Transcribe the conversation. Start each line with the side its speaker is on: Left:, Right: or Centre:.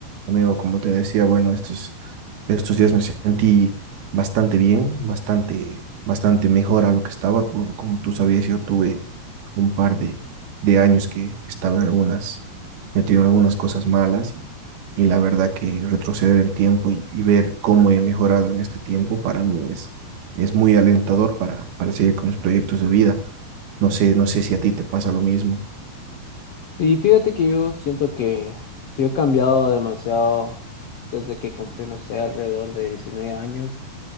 Right: Amigo, como te decía, bueno, estos, estos días me sentí bastante bien, bastante, bastante mejor a lo que estaba. Bueno, como tú sabías, yo tuve un par de, de años que, que estaba en algunas, metido en algunas cosas malas y, y la verdad que retroceder el tiempo y, y ver cómo he mejorado en este tiempo para mí es, es muy alentador para, para seguir con mis proyectos de vida. No sé, no sé si a ti te pasa lo mismo.
Left: Y fíjate que yo siento que yo he cambiado demasiado desde que cumplí, no sé, alrededor de 19 años.